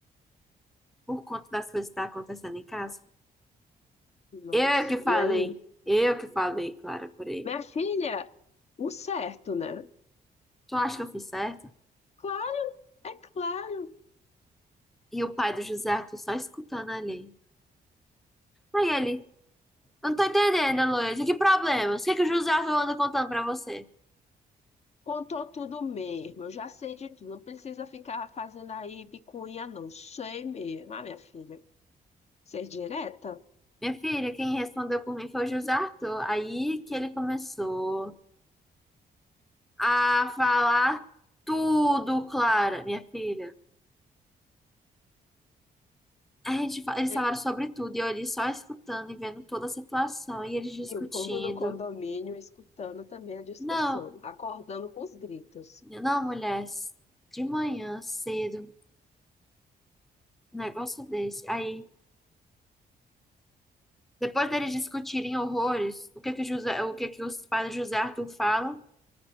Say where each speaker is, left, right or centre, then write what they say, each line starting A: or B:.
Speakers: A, in the centre; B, on the left (about 40°).
A: por conta das coisas que tá acontecendo em casa.
B: Nossa.
A: Eu que falei.
B: E aí?
A: Eu que falei, Clara, por ele.
B: Minha filha, o certo, né?
A: Tu acha que eu fiz certo?
B: Claro, é claro.
A: E o pai do José Arthur só escutando ali. Aí ele, eu não tô entendendo, Heloísa, que problemas? O que que o José Arthur anda contando pra você?
B: Contou tudo mesmo, eu já sei de tudo. Não precisa ficar fazendo aí bicuinha, não. Sei mesmo, ah, minha filha. Ser direta?
A: Minha filha, quem respondeu por mim foi o José Arthur. Aí que ele começou a falar tudo, Clara, minha filha. A gente, fa- eles
B: E,
A: falaram sobre tudo, e eu ali só escutando e vendo toda a situação, e eles discutindo.
B: e o povo do condomínio escutando também a discussão,
A: Não,
B: acordando com os gritos.
A: não, mulher, de manhã, cedo, um negócio desse. Aí, depois deles discutirem horrores, o que que o José, o que que os pais do José Arthur falam?